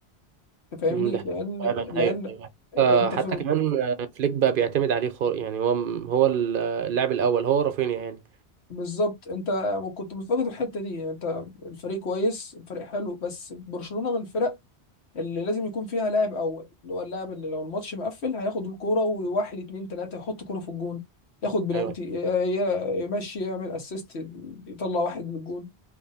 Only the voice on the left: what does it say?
انت فاهمني
لأن
لأن
انت
في
بالظبط انت كنت مفتقد الحتة دي يعني انت الفريق كويس الفريق حلو بس برشلونة من الفرق اللي لازم يكون فيها لاعب أول اللي هو اللاعب اللي لو الماتش مقفل هياخد الكرة وواحد اتنين تلاتة يحط كرة في الجون ياخد بلانتي
ي- ي- يمشي يعمل اسيست يطلع واحد للجون